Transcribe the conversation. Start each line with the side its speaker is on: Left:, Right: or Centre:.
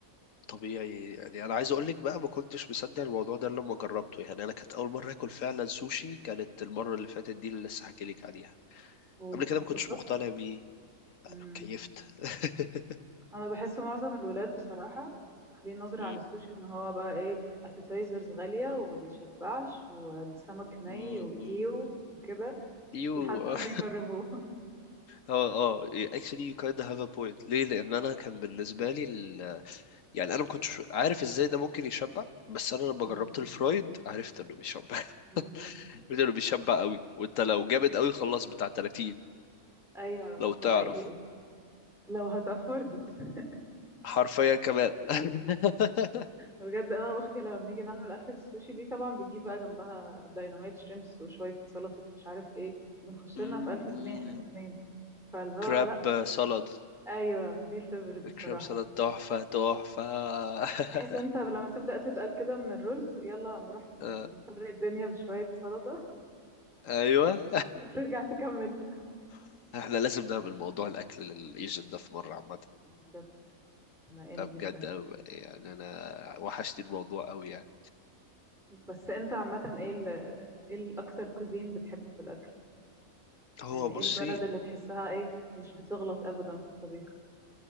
Left: طبيعي يعني انا عايز اقول لك بقى ما كنتش مصدق الموضوع ده لما جربته يعني انا كانت اول مره اكل فعلا سوشي كانت المره اللي فاتت دي اللي لسه حكي لك عليها
Centre: واتبسطت
Left: قبل كده ما كنتش مقتنع بيه
Centre: مم.
Left: كيفت <laughs>
Centre: انا بحس معظم الولاد بصراحة واخدين نظرة
Left: مم.
Centre: عن السوشي ان هو بقى ايه ابيتايزرز غالية وما بيشبعش وسمك ني
Left: مم.
Centre: وايه وكده
Left: يو
Centre: لحد ما
Left: <laughs>
Centre: بيجربوه
Left: اه اه actually you kinda have a point ليه لان انا كان بالنسبه لي ال... يعني انا ما كنتش عارف ازاي ده ممكن يشبع بس انا لما
Centre: <laughs> مم.
Left: جربت الفرايد عرفت انه بيشبع <laughs>
Centre: مم.
Left: انه بيشبع قوي وانت لو جامد قوي خلاص بتاع 30
Centre: ايوه
Left: لو تعرف
Centre: ده حقيقي لو هتأفوردت <laughs>
Left: حرفيا كمان <laughs>
Centre: بجد انا واختي لما بنيجي نعمل اكلة السوشي دي طبعا بتجيب بقى جنبها دايناميت شريمبس وشوية سلطة مش عارف ايه بنخش
Left: مم.
Centre: لنا في 1000 جنيه احنا الاتنين فاللي هو
Left: كراب
Centre: لا
Left: سالاد
Centre: ايوه دي الفيفوريت بصراحة
Left: كراب سالاد تحفة تحفة <laughs>
Centre: بحيث انت لما تبدأ تتقل كده من الرولز يلا نروح نفرق
Left: آه،
Centre: الدنيا بشوية سلطة
Left: أيوة
Centre: <laughs> وترجع تكمل
Left: <laughs> احنا لازم نعمل موضوع الأكل للإيجن ده في مرة عامة
Centre: بجد انا ان
Left: ده بجد
Centre: جدا
Left: أوي يعني أنا وحشتني الموضوع أوي يعني
Centre: بس انت عامة ايه ال ايه الاكتر كوزين بتحبه في الاكل
Left: هو
Centre: يعني ايه
Left: بصي
Centre: البلد اللي تحسها ايه مش بتغلط ابدا في الطبيخ